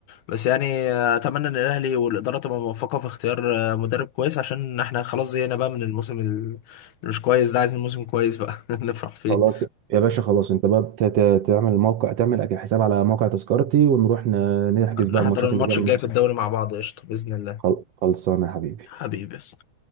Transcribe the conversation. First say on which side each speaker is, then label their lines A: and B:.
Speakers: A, on the left; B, on the right.
A: بس يعني آه، اتمنى ان الاهلي والاداره تبقى موفقه في اختيار آه، مدرب كويس عشان احنا خلاص زهقنا بقى من الموسم ال- اللي مش كويس ده عايزين موسم كويس بقى <laughs> نفرح فيه
B: خلاص يا باشا خلاص انت بقى بت- ت- تعمل موقع تعمل اكيد حساب على موقع تذكرتي ونروح ن- نحجز
A: نحضر
B: بقى الماتشات
A: الماتش
B: اللي جايه
A: الجاي
B: من مصر
A: في الدوري مع بعض قشطه باذن الله
B: خل- خلصانه يا حبيبي
A: حبيبي يا اسطى